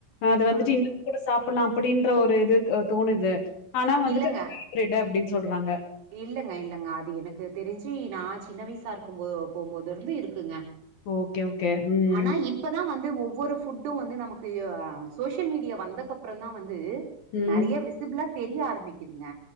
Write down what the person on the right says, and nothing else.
ம்
ம்.
இல்லங்க
இல்லங்க இல்லங்க அது எனக்கு தெரிஞ்சு நா சின்ன வயசா இருக்கும் போது போம்போது இருந்து இருக்குங்க
ஆனா இப்பதா வந்து ஒவ்வொரு ஃபுட்டு வந்து நமக்கு யா சோஷியல் மீடியா வந்தக்கப்பறந்தா வந்து
நெறைய விசிப்பிளா தெரிய ஆரம்மிக்குதுங்க